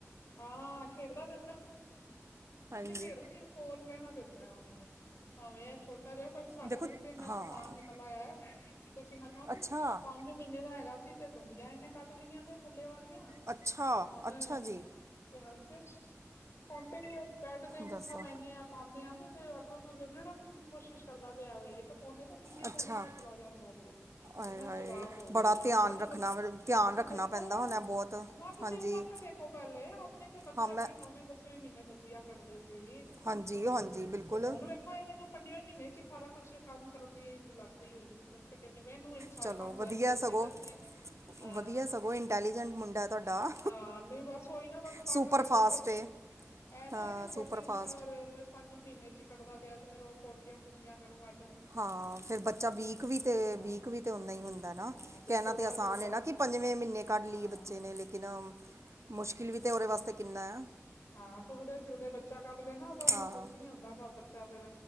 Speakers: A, on the left; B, on the right.
A: ਹਾਂ, ਖੇਡਦਾ ਰਹਿੰਦਾ
B: ਹਾਂਜੀ
A: ਤੇ ਖੇਡ ਕੋਲ ਰਹਿਣਾ ਪੈਂਦਾ ਹੁਣ, ਭਾਵੇਂ ਛੋਟ ਕਰ ਰਿ ਪਰ ਸਾਡੇ
B: ਦੇਖੋ
A: ਦਿਨ ਤੇ ਇੰਨਾ
B: ਹਾਂ
A: ਸ਼ਤਾਨ ਨਿਕਲ ਆਇਆ, ਕਿ ਤੁਸੀਂ ਮੰਨੋਗੇ
B: ਅੱਛਾ
A: ਪੰਜ ਮਹੀਨੇ ਦਾ ਹੈਗਾ ਸੀ ਤੇ ਦੰਦੀਆਂ ਇਹਨੇ ਕੱਢ ਲਈਆਂ ਨੇ ਥੱਲੇ ਵਾਲੀਆਂ,
B: ਅੱਛਾ
A: ਤੇ ਹੁਣ
B: ਅੱਛਾ ਜੀ
A: ਹੁਣ ਤੇ ਬੈਡ ਤੇ ਪੁੱਠਾ
B: ਦੱਸੋ
A: ਪੈਂਨੇ ਆ। ਪਾਉਂਦੇ ਆ ਤੇ ਅੱਗੋਂ ਰੜਨ ਦੀ ਕੋਸ਼ਿਸ਼ ਕਰਦਾ ਪਿਆ ਵੇ ਇੱਕ ਕੋਨੇ ਤੇ ਦੂਜੇ ਦੂਜੇ
B: ਅੱਛਾ
A: ਕੋਨੇ ਤੇ ਚਲਾ ਜਾਦਾ ਜੇ
B: ਆਏ
A: ਇੰਨਾ
B: ਹਾਏ
A: ਚਲਾਕ ਹੋ ਗਿਆ
B: ਬੜਾ
A: ਜੇ
B: ਧਿਆਨ
A: ਅੱਜ ਕੱਲ੍ਹ ਦੀ,
B: ਰੱਖਣਾ ਵ- ਧਿਆਨ
A: ਤੁਸੀਂ
B: ਰੱਖਣਾ
A: ਦੇਖੋ,
B: ਪੈਂਦਾ ਹੋਣਾ ਬਹੁਤ
A: ਨਾ ਤੁਸੀਂ
B: ਹਾਂਜੀ
A: ਉਮਾਰ ਤੇ ਦੇਖੋ ਦੇਖੋ ਪਹਿਲੇ ਆਪਣੇ ਤਾਂ ਬੱਚੇ
B: ਹਾਂ ਮੈਂ
A: ਅੱਗੇ ਨੌਵੇਂ ਦਸਵੇਂ ਮਹੀਨੇ ਦੰਦੀਆਂ ਕੱਢਦੇ ਸੀ।
B: ਹਾਂਜੀ
A: ਤੇ,
B: ਹਾਂਜੀ ਬਿਲਕੁਲ
A: ਤੇ ਹੁਣ ਵਖ ਦੇਖੋ ਇਹਨੂੰ ਪੰਜਵੇਂ ਮਹੀਨੇ ਚ ਹੀ ਸਾਰਾ ਕੁਛ ਕੰਮ ਕਰਨ ਦੀ ਲੱਗ ਹੀ ਹੋਈ ਹੈੇ ਕਹਿੰਦੇ ਮੈਨੂੰ ਇਹਨੂੰ ਇਹਨੂੰ, ਸਾਰੇ
B: ਚਲੋ
A: ਕੰਮ ਜਲਦੀ
B: ਵਧੀਆ
A: ਜਲਦੀ
B: ਸਗੋ
A: ਕਰਨੇ ਨੇ। ਹਾਂ,
B: ਵਧੀਆ ਸਗੋ ਇੰਟੈਲੀਜੈਂਟ ਮੁੰਡਾ ਹੈ ਤੁਹਾਡਾ
A: ਆਹ ਨਹੀਂ ਬਸ ਉਹੀ ਨਾ ਬਸ ਤੰਗ
B: ਸੁਪਰ
A: ਕਰਾਂ
B: ਫਾਸਟ
A: ਫਿਰ
B: ਹੈ
A: ਇਹ ਨਾ
B: ਹਾਂ
A: ਕਿ ਛੋਟੀ
B: ਸੁਪਰ ਫਾਸਟ
A: ਉਮਰ ਪੰਜ ਮਹੀਨੇ ਚ ਕੱਟਦਾ ਪਿਆ ਤੇ ਫੇਰ ਉਹ ਪੋਟੀਆਂ ਪੂਟੀਆਂ ਕਰਨ ਲੱਗਿਆ,
B: ਹਾਂ, ਫਿਰ ਬੱਚਾ ਵੀਕ ਵੀ ਤੇ
A: ਹਾਂ
B: ਵੀਕ ਵੀ ਤੇ ਨਾ ਹੀ ਹੁੰਦਾ ਨਾ
A: ਹਾਂ ਜੇ
B: ਕਹਿਣਾ
A: ਸੋਦਾ
B: ਤੇ ਅਸਾਨ
A: ਫਿਰਦਾ
B: ਹੈ ਨਾ ਕਿ ਪੰਜਵੇਂ ਮਹੀਨੇ ਕੱਢ
A: ਹਾਂ
B: ਲਈ ਏ ਬੱਚੇ ਨੇ ਲੇਕਿਨ, ਮੁਸ਼ਕਿਲ ਵੀ ਤਾਂ ਉਹਦੇ ਵਾਸਤੇ ਕਿੰਨਾ ਐ।
A: ਹਾਂ ਤੁਰਦੇ ਫਿਰਦੇ ਬੱਚਾ ਕੱਢ ਲੈਣਾ ਉਹ ਤਾਂ ਉਹ
B: ਹਾਂ
A: ਮਹਿਸੂਸ ਨੀ ਹੁੰਦਾ ਚੱਲ ਫਿਰ